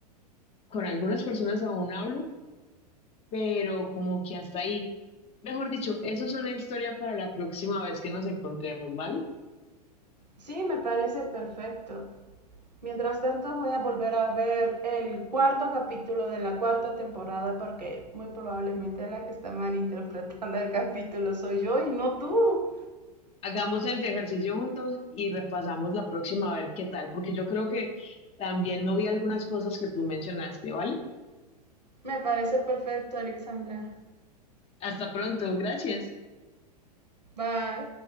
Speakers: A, on the left; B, on the right.
A: con algunas personas aún hablo, pero como que hasta ahí. Mejor dicho, eso es una historia para la próxima vez que nos encontremos, ¿vale?
B: Sí, me parece perfecto. Mientras tanto, voy a volver a ver el cuarto capítulo de la cuarta temporada porque muy probablemente la que está malinterpretando el capítulo soy yo y no tú.
A: Hagamos el de ejercicio juntos y repasamos la próxima a ver qué tal, porque yo creo que también no vi algunas cosas que tú mencionaste, ¿vale?
B: Me parece perfecto, Alexandra.
A: Hasta pronto, gracias.
B: Bye.